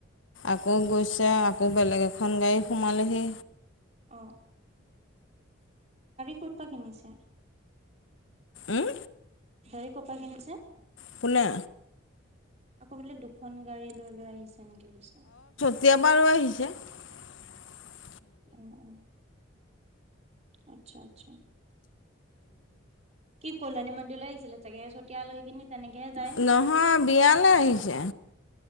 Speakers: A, on the left; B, on the right.
A: আকৌ গৈছে আকৌ বেলেগ এখন গাড়ী সোমালেহি
B: অ ফুটপা কিনিছে
A: উম
B: তৰি ক'পা কিনিছে
A: পুনে
B: আকৌ বোলে দুখন গাড়ী লৈ লৈ আহিছে নেকি কৈছা
A: তিয়াবাৰৈ আহিছে <unintelligible>
B: উ উ আচ্ছা আচ্ছা কি কল্যানি মন্দিৰলৈ আহিছিলে চাগে চতিয়া আলহী খিনি তেনেকেহে যায়
A: নহয় বিয়ালে আহিছে